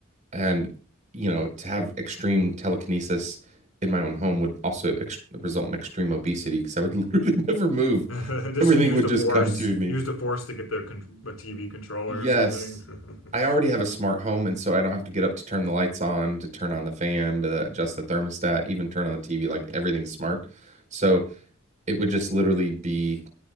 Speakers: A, on the right; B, on the left.
A: and you know, to have extreme telekinesis in my own home would also ex result in extreme obesity because I would <laughs> literally never move.
B: <laughs> Just
A: Everything
B: use
A: would
B: the
A: just
B: force,
A: come to me.
B: use the force to get the, con the TV controller
A: Yes.
B: or something. <laughs>
A: I already have a smart home, and so I don't have to get up to turn the lights on, to turn on the fan, to adjust the thermostat, even turn on the TV. Like everything's smart. So it would just literally be,